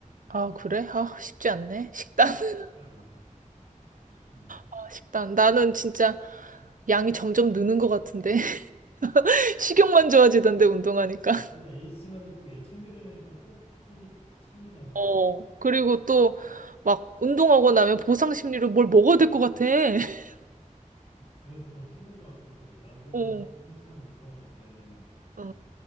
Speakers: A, on the right; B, on the left.
A: 아, 그래? 아, 쉽지
B: 음,
A: 않네. 식단, <laughs>
B: 그렇지 않아. 음.
A: 아, 식단. 나는 진짜 양이 점점 느는 것 같은데. <laughs> 식욕만 좋아지던데, 운동하니까. <laughs>
B: 근데 애 있으면은 꼭 애 챙겨줘야 되니까 꼭 끼니 챙기잖아.
A: 어, 그리고 또 막 운동하고 나면 보상 심리로 뭘 먹어야 될 것 같아. <laughs>
B: 그래서 더 찌는 것 같기도 해. 나도
A: 어,
B: 한참 운동할 때
A: 어,